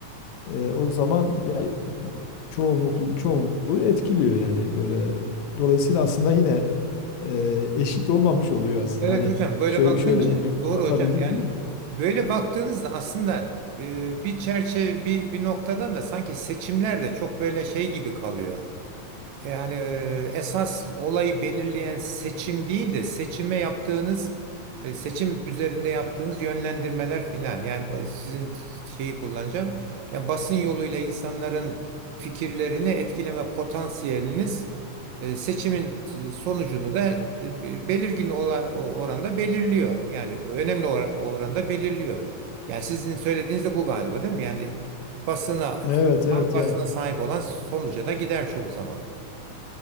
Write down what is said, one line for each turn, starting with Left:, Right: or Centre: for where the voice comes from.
Left: e, o zaman yani çoğunluk çoğunluğu etkiliyor yani böyle. Dolayısıyla aslında yine e, eşit olmamış oluyor aslında.
Right: Evet
Left: Hani
Right: hocam böyle
Left: şöyle,
Right: bakınca
Left: şöyle bilmiyorum anlatabildim
Right: doğru hocam yani
Left: mi?
Right: böyle baktığınızda aslında e, bir çerçeve bir, bir noktadan da sanki seçimler de çok böyle şey gibi kalıyor. Yani e, esas olayı belirleyen seçim değil de seçime yaptığınız e, seçim üzerinde yaptığınız yönlendirmeler filan. Yani ba- sizin şeyi kullanacağım. Yani basın yoluyla insanların fikirlerini etkileme potansiyeliniz e, seçimin e, sonucunu da e, be- belirgin ola- o- oranda belirliyor. Yani önemli ora- oranda belirliyor. Yani sizin söylediğiniz de bu galiba değil mi? Yani basına
Left: Evet evet
Right: tam basına
Left: yani.
Right: sahip olan sonuca da gider çoğu zaman.